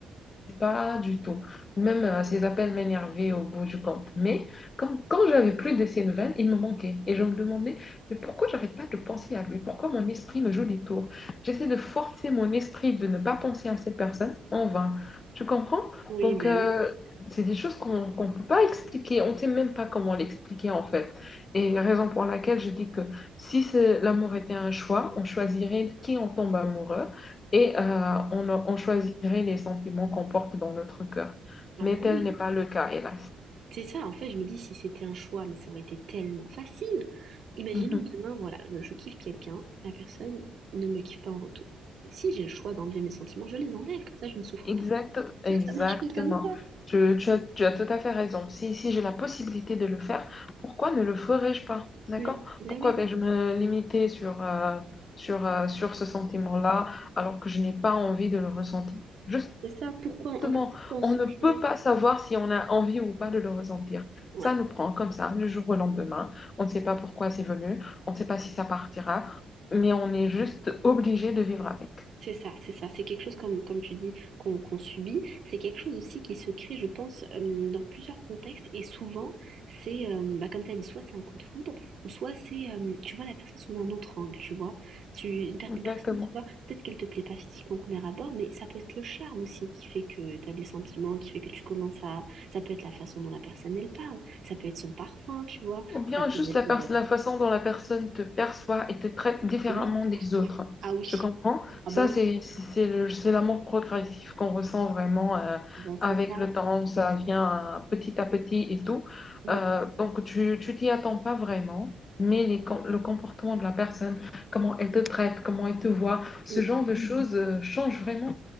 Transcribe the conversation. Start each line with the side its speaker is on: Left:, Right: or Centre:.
Left: pas du tout. Même euh, ces appels m'énervaient au bout du compte. Mais comme, quand j'avais plus de ces nouvelles, il me manquait. Et je me demandais, mais pourquoi j'arrête pas de penser à lui? Pourquoi mon esprit me joue des tours? J'essaie de forcer mon esprit de ne pas penser à cette personne en vain. Tu comprends?
Right: Oui,
Left: Donc,
Right: bah
Left: euh,
Right: oui.
Left: c'est des choses qu'on qu'on ne peut pas expliquer. On ne sait même pas comment l'expliquer en fait. Et raison pour laquelle je dis que si c'est- l'amour était un choix, on choisirait qui on tombe amoureux et euh, on, on choisirait les sentiments qu'on porte dans notre cœur.
Right: Ah
Left: Mais
Right: ben
Left: tel
Right: oui.
Left: n'est pas le cas, hélas.
Right: C'est ça, en fait, je me dis si c'était un choix, mais ça aurait été tellement facile. Imaginons
Left: Mhm.
Right: que demain, voilà, je, je kiffe quelqu'un, la personne ne me kiffe pas en retour. Si j'ai le choix d'enlever mes sentiments, je les enlève, comme ça je ne souffre
Left: Exact,
Right: pas. Sauf
Left: exactement.
Right: que ça marche pas comme
Left: Tu, tu as, tu as tout à fait raison. Si, si j'ai la possibilité de le faire, pourquoi ne le ferais-je pas? D'accord?
Right: Mais, mais
Left: Pourquoi
Right: oui,
Left: vais-je me limiter sur, euh, sur, euh, sur ce sentiment-là alors que je n'ai pas envie de le ressentir? Juste
Right: c'est ça, pourquoi,
Left: Justement,
Right: en fait, pourquoi on
Left: on
Right: souffrirait?
Left: ne peut pas savoir si on a envie ou pas de le ressentir.
Right: Ouais.
Left: Ça nous prend comme ça, du jour au lendemain. On ne sait pas pourquoi c'est venu, on ne sait pas si ça partira, mais on est juste obligé de vivre avec.
Right: C'est ça, c'est ça. C'est quelque chose, comme, comme tu dis, qu'on qu'on subit. C'est quelque chose aussi qui se crée, je pense, euh, dans plusieurs contextes. Et souvent, c'est, euh, bah, comme tu as dit, soit c'est un coup de foudre, ou soit c'est, euh, tu vois la personne sous un autre angle, tu vois. Tu, une, per-
Left: Exactement.
Right: une personne, tu vois, peut-être qu'elle te plaît pas physiquement au premier abord, mais ça peut être le charme aussi qui fait que tu as des sentiments, qui fait que tu commences à... Ça peut être la façon dont la personne, elle parle. Ça peut être son parfum, tu vois.
Left: Ou bien
Right: Ça peut
Left: juste
Right: être...
Left: la, pers-
Right: euh,
Left: la façon dont la personne te perçoit et te traite différemment
Right: Oui,
Left: des
Right: surtout.
Left: autres.
Right: Ah oui.
Left: Tu comprends?
Right: Ah
Left: Ça,
Right: bah oui,
Left: c'est c'est c'est le- c'est l'amour progressif qu'on ressent vraiment euh,
Right: bah, c'est
Left: avec
Right: ça.
Left: le temps. Ça vient euh, petit à petit et tout.
Right: Mm,
Left: Euh, donc, tu tu t'y attends pas vraiment, mais les com- le comportement de la personne, comment elle te traite, comment elle te voit, ce
Right: mm.
Left: genre de choses euh, change vraiment